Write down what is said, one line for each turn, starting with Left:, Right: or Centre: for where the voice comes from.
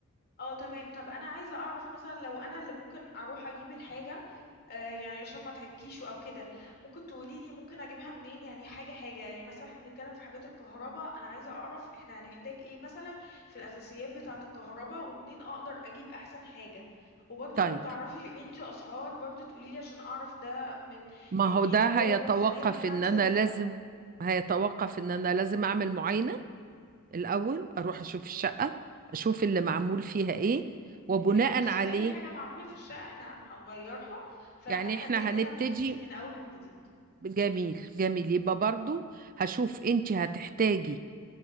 Left: اه تمام طب انا عايزه اعرف مثلا لو انا اللي ممكن اروح اجيب الحاجه آه يعني عشان ما تعبكيش او كده ممكن تقولي لي ممكن اجيبها منين يعني حاجه حاجه يعني مثلا احنا بنتكلم في حاجات الكهرباء انا عايزه اعرف احنا هنحتاج ايه مثلا في الاساسيات بتاعه الكهرباء ومنين اقدر اجيب احسن حاجه وبرضه
Right: طيب
Left: لو تعرفي رينج اسعار برضه تقولي لي عشان اعرف ده من
Right: ما
Left: يعني
Right: هو ده
Left: جوه
Right: هيتوقف
Left: الميزانيه بتاعتي
Right: ان انا
Left: ولا
Right: لازم
Left: لا
Right: هيتوقف ان انا لازم اعمل معاينة الاول اروح اشوف الشقة اشوف اللي معمول فيها ايه وبناء
Left: احنا بصي
Right: عليه
Left: اي حاجه معموله في الشقه احنا هنغيرها فاحنا
Right: يعني احنا
Left: كاننا
Right: هنبتدي
Left: بنبتدي من اول وجديد
Right: جميل جميل يبقى برضو هشوف انت هتحتاجي